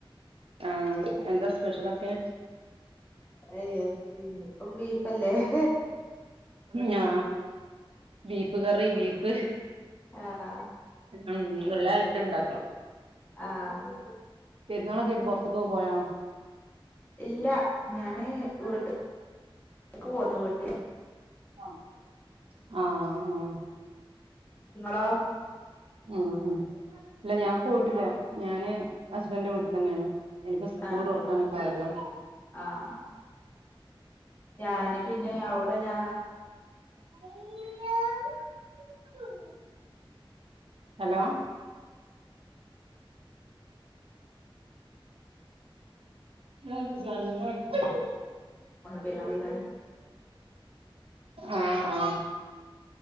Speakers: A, on the right; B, on the left.
A: ആഹ് എന്താ സ്പെഷ്യലൊക്കെ
B: അയ്യ ഇനീപ്പം ബീഫല്ലേ <inaudible>
A: ഞാ ബീഫ് ബീഫ്കറി ബീഫ്
B: ആഹ്
A: ഉം നല്ല ഐറ്റം ഉണ്ടാക്കണം
B: ആഹ്
A: പെരുന്നാളൊകെയാട്ട് പുറത്ത് ക്കെ പോയാണ്
B: ഇല്ല ഞാന് വീട്ടു എക്ക് പോന്ന വീട്ടിൽ
A: ആഹ് ആഹ്
B: നിങ്ങളാ
A: ഉ ഇല്ല ഞാൻ പോയിട്ടില്ല ഞാന് ഹസ്ബൻഡന്റെ വീട്ടിൽ തന്നെയാണ് എനിപ്പോ സ്കൂള്
B: ആഹ്
A: തുറക്കാനൊക്കെ
B: ആഹ്
A: ആയല്ലോ
B: ആഹ് ഞാന് പിന്നെ അവിടെ ഞാ.....
A: അ <unintelligible> ഹലോ ആ <unintelligible> <unintelligible>
B: പെര്ന്നാള്
A: ആ ആ